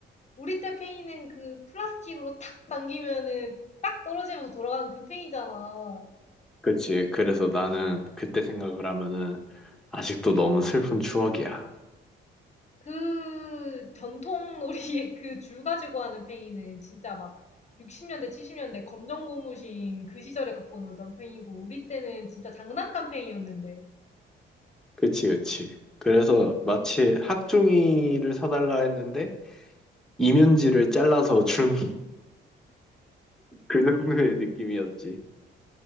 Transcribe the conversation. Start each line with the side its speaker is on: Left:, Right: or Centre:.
Left: 우리 때 팽이는 그 플라스틱으로 탁 당기면은 딱 떨어지면서 돌아가는 그 팽이잖아.
Centre: 그치. 그래서 나는 그때 생각을 하면은 아직도 너무 슬픈 추억이야.
Left: 그 전통 놀이의 그 줄 가지고 하는 팽이는 진짜 막 60년대, 70년대 검정 고무신 그 시절에 갖고 놀던 팽이고 우리 때는 진짜 장난감 팽이였는데.
Centre: 그치, 그치. 그래서 마치 학종이를 사달라 했는데 이면지를 잘라서 준 그 <laughs> 정도의 느낌이었지.